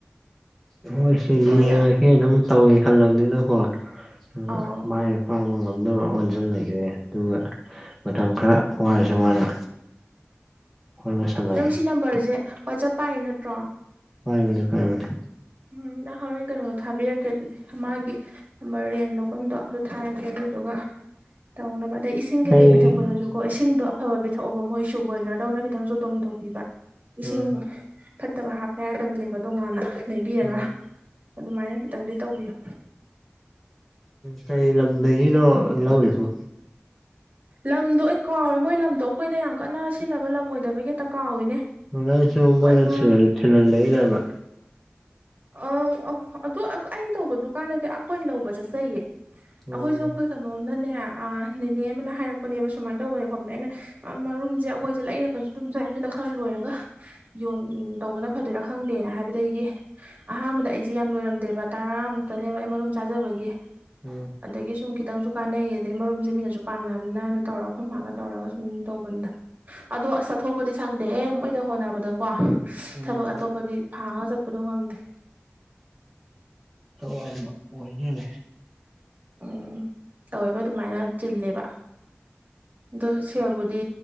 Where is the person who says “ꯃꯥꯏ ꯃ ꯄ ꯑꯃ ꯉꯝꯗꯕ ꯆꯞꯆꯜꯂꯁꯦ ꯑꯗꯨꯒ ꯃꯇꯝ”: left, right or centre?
Centre